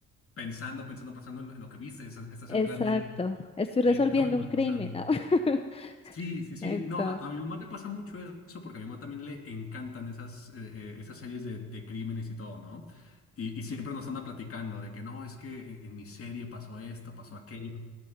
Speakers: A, on the left (about 50°); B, on the left (about 20°).
A: pensando, pensando, pensando en lo en lo que viste. Estás, estás
B: Exacto,
A: en plan de,
B: estoy resolviendo
A: sí, eso me puede
B: un crimen.
A: pasar a mí.
B: ¿no? <laughs>
A: Sí, sí, sí.
B: Entonces,
A: No, a, a mi mamá le pasa mucho eso porque a mi mamá también le encantan esas, eh, eh, esas series de, de crímenes y todo, ¿no? Y, y siempre nos anda platicando de que no, es que en, en mi serie pasó esto, pasó aquello.